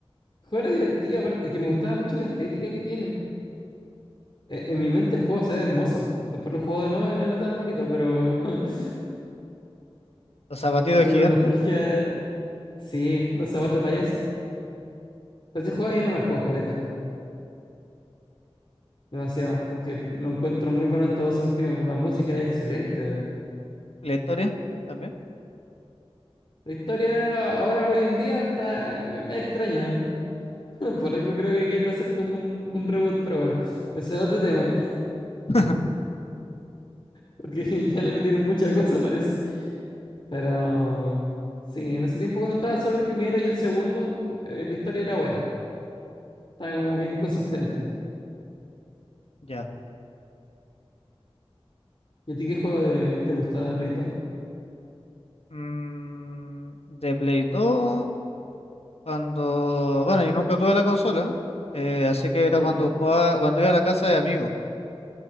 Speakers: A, on the left (about 55°); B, on the left (about 85°).
A: juego era divertido, aparte, es que me gustaba mucho la estética que tiene. E- En mi mente el juego se ve hermoso. Después lo jugado de nuevo y no era tan bonito, pero, <laughs>
B: Los zapatitos
A: pero
B: gigantes,
A: la nostalgia, sí, los zapatos de payaso. Pero ese juego a mí me marcó, caleta, demasiado, porque lo encuentro muy bueno en todo sentido. La música es excelente.
B: la historia también.
A: La historia ahora, hoy en día, está, me, me extraña. <laughs> Por algo creo que quieren hacer como un, un reboot, pero bueno, ese es otro tema,
B: <laughs>
A: porque <laughs> ya le metieron mucha cosa, parece. Pero sí, en ese tiempo cuando estaba solo el primero y el segundo, eh, la historia era buena. está como bien consistente.
B: Ya.
A: ¿Y a ti qué juego de- te gustaba de Play 2?
B: Mm, de Play 2. Cuando, bueno, yo nunca tuve la consola, eh, así que era
A: ¿Ya?
B: cuando jugaba, cuando iba a la casa de amigos.